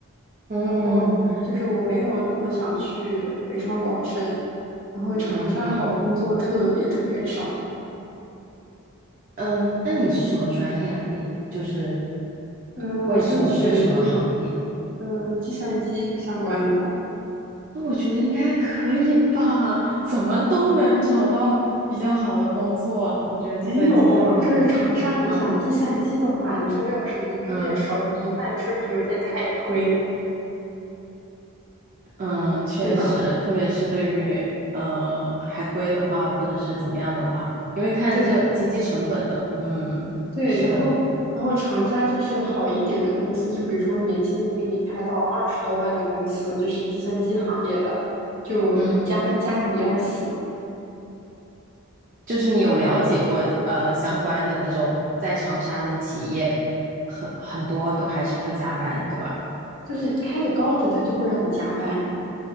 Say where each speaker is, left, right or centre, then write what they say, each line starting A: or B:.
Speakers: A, on the right; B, on the right.
A: 嗯
B: 然后就是我没有那么想去北上广深，然后长沙好工作特别特别少。
A: 嗯嗯嗯，那你是什么专业啊？你就是
B: 嗯、
A: 会从事什么行业？
B: 我是学嗯、计算机相关的，
A: 那我觉得应该可以吧，怎么都能找到比较好的工作。我觉得计算机相关的话，
B: 没有，就是长沙。你想计算机的话，
A: 嗯
B: 你说要是一个月少于一半，
A: 嗯。
B: 是不是有点太亏，
A: 嗯，确实，
B: 对吧？
A: 特别是对于呃海归的话，或者是怎么样的话，因为看这经济成本的，
B: 对
A: 嗯，
B: 对，
A: 是的，
B: 然后然后长沙就是好一点的公司，就比如说年薪能给你开到二十多万的公司，就是计算机行业的，就加班加的你要死。
A: 嗯，就是你有了解过呃相关的那种在长沙的企业，很很多都还是会加班，对吧？
B: 就是开的高的，他就会让你加班；